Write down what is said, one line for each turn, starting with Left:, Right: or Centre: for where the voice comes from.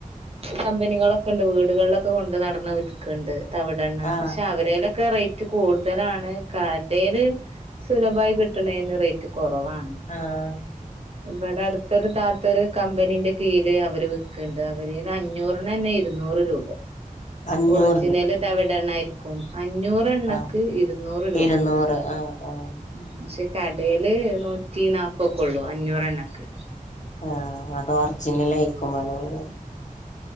Right: കമ്പനികളൊക്കെ ണ്ട് വീടുകളിലൊക്കെ കൊണ്ട് നടന്ന് വിൽക്കണ്ട് തവിടെണ്ണ
Left: ആഹ്
Right: പക്ഷെ അവരേലൊക്കെ റേ റ്റ് കൂടുതലാണ് കടെല് സുലഭായി കിട്ടണേന്ന് റേറ്റ് കുറവാണ്
Left: ആഹ്
Right: ഇബട ടുത്തൊരു താത്ത ഒരു കമ്പനീന്റെ കീഴില് അവര് വിക്കണ്ട് അവരേല് അഞ്ഞൂറ് ണ്ണന്നേ ഇരുനൂറ് രൂപ
Left: <inaudible> അഞ്ഞൂറിന്
Right: ഒറ്ജിനല് തവിടെണ്ണായിരിക് ക്കും അഞ്ഞൂറ് എണ്ണക്ക്
Left: ആഹ്
Right: ഇരുനൂറ് രൂപ
Left: ഇരുന്നൂറ് ആഹ് ആഹ്
Right: ഉം പക്ഷേ കടേല് നൂറ്റി നാല്പൊക്കെ ള്ളൂ അഞ്ഞൂറെണ്ണക്ക്
Left: ആഹ് അത് ഒറിജിനലാ യിക്കും വേണെങ്കില്